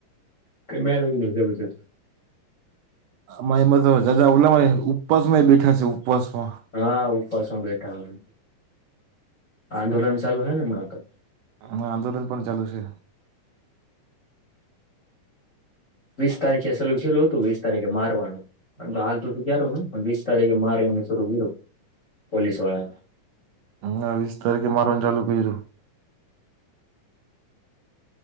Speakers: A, on the left; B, on the right.
A: કે મેં એવુ બધું <unintelligible>
B: અમાં એમાં તો જા ઓલામાં ઉપવાસમાંએ બેઠા છે ઉપવાસમાં
A: હા ઉપવાસમાં બેઠા અમે આંદોલન ચાલુ હે ને હમણા તો
B: આમાં આંદોલન પણ ચાલુ છે.
A: વીસ તારીખે છેલું છેેલું હતું વીસ તારીખે મારવાનું આમ તો હાલ તો તું કારું ને પણ વીસ તારીખે મારવાનું શરું કર્યું પોલીસ વાળાએ
B: હ વીસ તારીખે મારવાનું ચાલુ કર્યું.